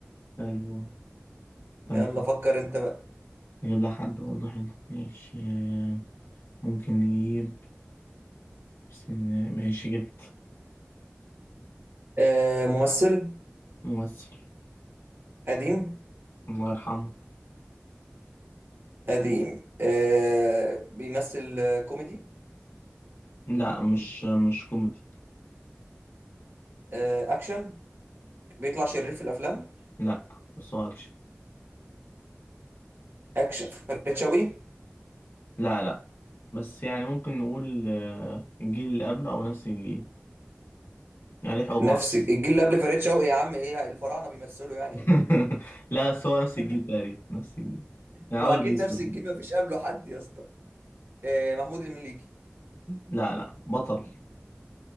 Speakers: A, on the left; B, on the right.
A: أيوه تمام
B: يلا فكر انت بقى
A: نجيب لها حد برضه حلو ماشي آه، ممكن نجيب بس إن- ماشي جبت
B: آه ممثل
A: ممثل
B: قديم
A: الله يرحمه
B: قديم آه بيمثل آه، كوميدي
A: لا مش مش كوميدي
B: آه اكشن بيطلع شرير في الافلام
A: لا بس هو أكشن
B: اكشن فريد شوقي
A: لا لا بس يعني ممكن نقول آه، الجيل اللي قبله أو نفس الجيل يعني لحقوا بعض
B: نفس الجيل اللي قبل فريد شوقي يا عم ايه الفراعنه بيمثلوا يعني
A: <laughs>
B: ولا ايه
A: لا بس هو نفس
B: <laughs>
A: الجيل تقريبا نفس الجيل يعني
B: ما هو
A: أبيض
B: اكيد
A: وأسود
B: نفس الجيل ما فيش قبله حد يا اسطى آه محمود المليجي
A: لا لا بطل